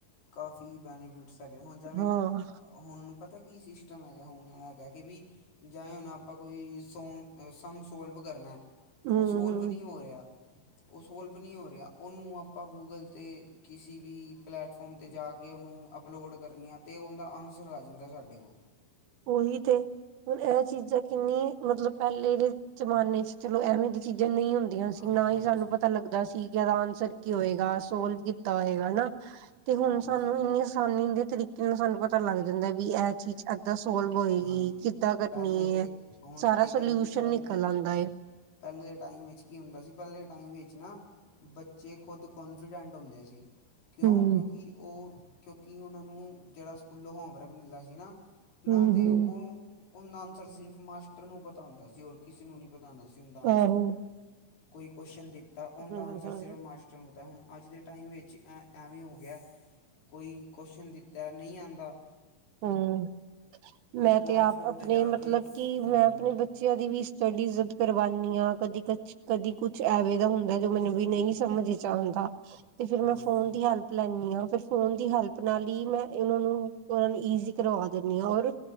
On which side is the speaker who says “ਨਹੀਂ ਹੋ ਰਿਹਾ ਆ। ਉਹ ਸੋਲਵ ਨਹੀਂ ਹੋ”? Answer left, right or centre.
Left